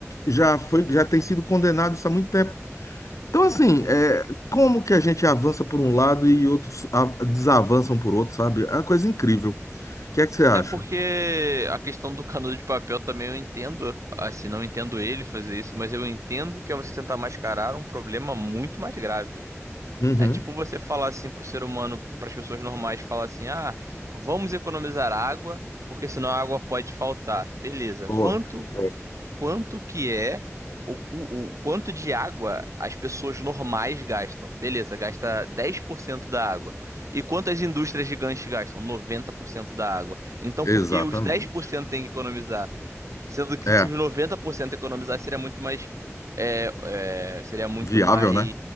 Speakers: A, on the left (about 80°); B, on the right (about 70°).
A: já foi, já tem sido condenado isso há muito tempo. Então, assim, é, como que a gente avança por um lado e outros a- desavançam por outro, sabe? É uma coisa incrível. O que é que você acha?
B: É porque a questão do canudo de papel também eu entendo. Assim, não entendo ele fazer isso, mas eu entendo que é você tentar mascarar um problema muito mais grave.
A: Uhum.
B: É tipo você falar assim pro ser humano, para as pessoas normais, falar assim: ah, vamos economizar água, porque senão a água pode faltar. Beleza.
A: Boa.
B: Quanto
A: Boa.
B: quanto que é o, cu- o quanto de água as pessoas normais gastam. Beleza, gasta 10% da água. E quanto as indústrias gigantes gastam? noventa por cento da água. Então,
A: Exatamente.
B: por que os dez por cento têm que economizar? Sendo que
A: É,
B: se os 90% economizar seria muito mais é, é, seria muito
A: viável,
B: mais
A: né?